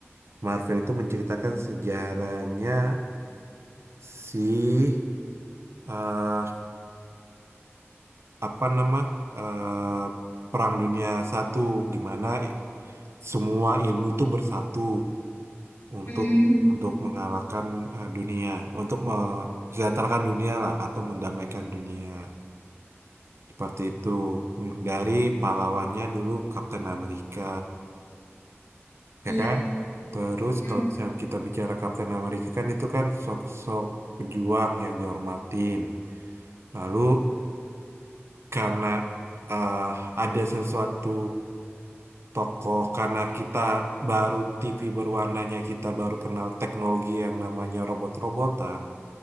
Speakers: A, on the right; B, on the left.
A: Marvel itu menceritakan sejarahnya si eh, apa nama eh, Perang Dunia Satu gimana i- semua ilmu tuh bersatu untuk
B: Mhm.
A: untuk mengalahkan eh, dunia untuk mensejahterakan dunia lah atau mendamaikan dunia seperti itu dari pahlawannya dulu Kapten Amerika
B: iya
A: ya kan terus
B: Mhm.
A: kalau misalnya kita bicara Kapten Amerika kan itu kan sok-sok pejuang yang dihormatin lalu karena eh, ada sesuatu tokoh, karena kita baru TV berwarnanya, kita baru kenal teknologi yang namanya robot-robotan,